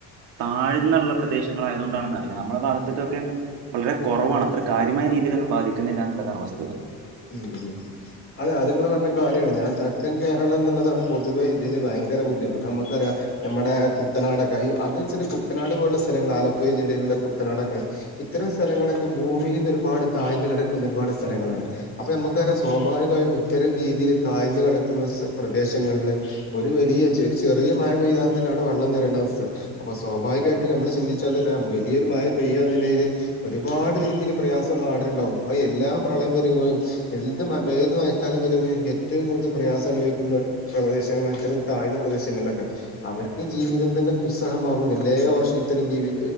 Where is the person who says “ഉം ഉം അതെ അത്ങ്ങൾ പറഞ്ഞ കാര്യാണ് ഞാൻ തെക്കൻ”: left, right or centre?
Left